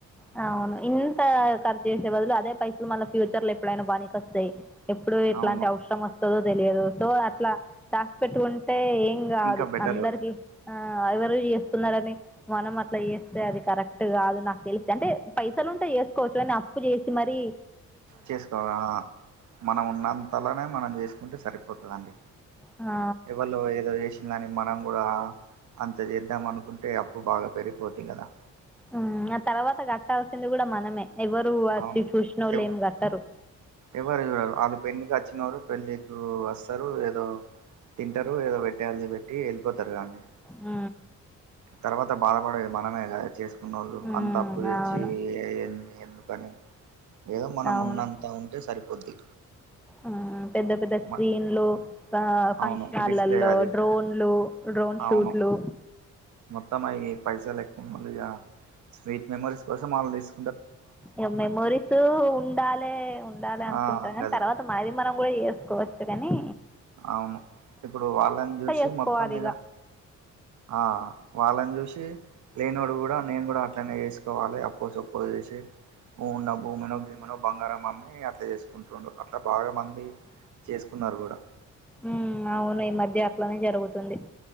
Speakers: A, in the centre; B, on the right (about 70°).
A: అ అవును ఇంత ఖర్చు చేసే బదులు అదే పైసలు మళ్ళ ఫ్యూచర్ ల ఎప్పుడైనా బనికస్తయ్ ఎప్పుడు ఎట్లాంటి
B: అవును
A: అవసరం వస్తదో తెలియదు సో అట్లా దాసి పెట్టుకుంటే ఏం గాదు
B: ఇంకా బెటరు
A: అందరికి ఆ ఎవరు చేస్తున్నరని మనం అట్ల జేస్తే అది కరెక్ట్ గాదు నాకు తెలిస్ అంటే పైసలుంటే చేసుకోవచ్చు గని అప్పు చేసి మరి
B: చేసుకోవా మనం ఉన్నంతలనే మనం జేసుకుంటే సరిపోతదండి
A: ఆ
B: ఏవల్లో ఏదో జెష్ ల్లని మనం గూడా అంత చేద్దామనుకుంటే అప్పు బాగా పెరిగిపోద్ది కదా
A: ఆ అ తర్వాత గట్టాల్సింది కూడ మనమే, ఎవరూ అచ్చి
B: అవును
A: చూసినోళ్ళెం
B: ఎవ
A: గట్టరు
B: ఎవరు జూడరు ఆళ్ళు పెళ్ళికచ్చినోళ్ళు పెళ్ళికు వస్తరు ఏదో తింటరు ఏదో పెట్టే ఆల్ది పెట్టి ఎళ్ళిపోతరు గా అండి
A: ఆ
B: తర్వాత బాధపడేది మనమే గా చేసుకున్నవాళ్ళు
A: ఉమ్
B: అంత అప్పు దెచ్చి
A: అవును
B: ఇయన్ని ఎందుకు కనీ ఏదో మనం
A: అవును
B: ఉన్నంత ఉంటే సరిపోద్ది
A: ఆ పెద్ద పెద్ద స్క్రీన్
B: మ
A: లు ఆ ఫంక్షన్
B: అవును
A: హళ్లల్లో
B: డిస్ప్లే అది
A: డ్రోన్లు డ్రోన్
B: అవును
A: షూట్లు
B: మొత్తం అయ్యి పైసలు ఎక్కువున్నోళ్ళిగా స్వీట్ మెమోరీస్ కోసం ఆళ్ళు దీస్
A: ఇగ మెమోరీస్ ఉండాలే ఉండాలే అనుకుంటరు
B: ఆ
A: గని
B: గది
A: తర్వాత మనది మనం గూడ జేసుకోవచ్చు గని
B: అవును ఇప్పుడు వాళ్ళన్ జూసి
A: చేసుకోవాలి
B: మొత్తం మీద
A: ఇక
B: ఆ వాళ్ళన్ జూషి లేనోడు గూడ నేను గూడా అట్లనే జేసుకోవాలే అప్ ప్పో సప్పో జేషి ఉన్న భూమినో గీమినో బంగారం అమ్మి అట్ల జేసుకుంటుండ్రు అట్ల బాగా మంది చేసుకున్నరు గూడ
A: ఉమ్ అవును ఈ మధ్య అట్లనే జరుగుతుంది